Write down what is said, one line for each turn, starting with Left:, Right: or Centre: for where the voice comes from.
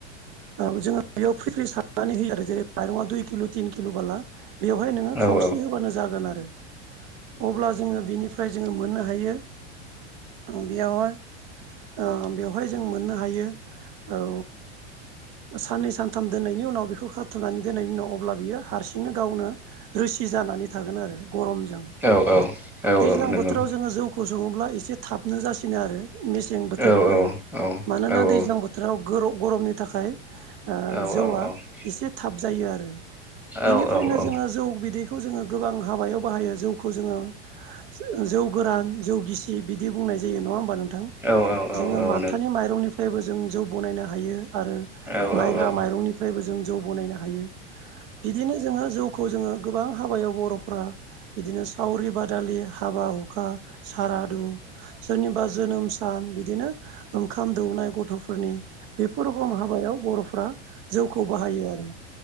Right: ओ जोङो बेयाव फ्रि फ्रि सारनानै होयो आरो जेरै माइरङा दुइ किल' थिन किल' बाला । बेवहाय नोङो
Centre: औ
Right: खावसे
Centre: औ
Right: होबानो जागोन आरो । अब्ला जोङो बेनिफ्राय जोङो मोननो हायो । बेयावहाय ओ बेवहाय जों मोननो हायो औ । साननै सानथाम दोननायनि उनाव बेखौ खा । थुमनानै दोननायनि उनाव अब्ला बियो हारसिंनो गावनो रोसि जानानै थागोन आरो गरमजों ।
Centre: औ औ
Right: दैज्लां
Centre: औ नंगौ
Right: बोथोराव जोङो जौखौ सङोब्ला एसे थाबनो जासिनो आरो । मेसें बोथोरनिख्रुइ
Centre: औ औ
Right: मानोना
Centre: औ
Right: दैज्लां
Centre: औ
Right: बोथोराव गोर' गरमनि थाखाय । ओ
Centre: औ
Right: जौआ एसे थाब जायो आरो ।
Centre: औ नंगौ औ
Right: बिनिफ्रायनो
Centre: औ औ
Right: जोङो जौ बिदैखौ जोङो गोबां हाबायाव बाहायो । खौ जोङो जो जौ गोरान जौ गिसि बिदि बुंनाय जायो नङा होमबा नों । थां
Centre: नंगौ औ औ
Right: जोङो
Centre: औ
Right: माथानि माइरंनिफ्रायबो । जों जौ बनायनो हायो आरो
Centre: औ नंगौ औ नंगौ औ
Right: माइब्रा
Centre: औ नंगौ
Right: माइरंनिफ्रायबो जों जौ बनायनो हायो । बिदिनो जोङो जौखौ जोङो । गोबां हाबायाव बर'फ्रा बिदिनो सावरि बादालि हाबा हुखा । खारादु सोरनिबा जोनोम सान बिदिनो । ओंखाम दौनाय गथ'फोरनि । खुरुगरम हाबायाव बर'फ्रा जौखौ बाहायो आरो